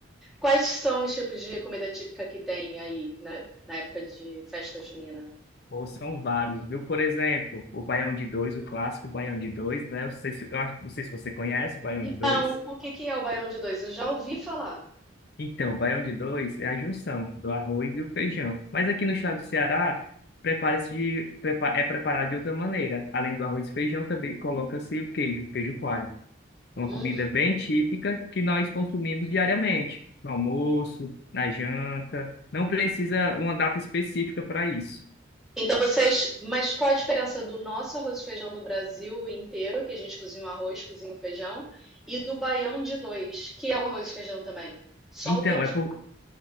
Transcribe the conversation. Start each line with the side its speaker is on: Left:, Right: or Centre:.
Centre: Quais são os tipos de comida típica que tem aí na, na época de festa junina?
Left: Ou são vários, viu? Por exemplo, o Baião de Dois, o clássico Baião de Dois, né? Eu sei se- eu acho- não sei se você conhece o Baião de Dois.
Centre: Não, o que que é o baião de dois? Eu já ouvi falar.
Left: Então, o baião de dois é a junção do arroz e o feijão. Mas aqui no estado do Ceará, prepara-se de, prepa- é preparado de outra maneira. Além do arroz e feijão, também coloca-se o queijo, queijo coalho.
Centre: Hum.
Left: É Uma comida bem típica que nós consumimos diariamente, no almoço, na janta. Não precisa uma data específica para isso.
Centre: Então vocês, mas qual a diferença do nosso arroz e feijão do Brasil inteiro, que a gente cozinha o arroz, cozinha o feijão, e do baião de dois, que é o arroz e feijão também? Só
Left: Então,
Centre: o queijo.
Left: é por